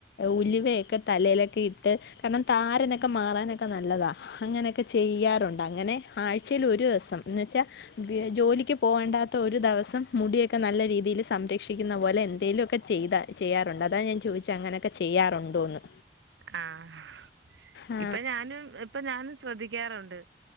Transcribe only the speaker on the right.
ആഹ്
ഇപ്പൊ ഞാനും ഇപ്പൊ ഞാനും ശ്രദ്ധിക്കാറുണ്ട്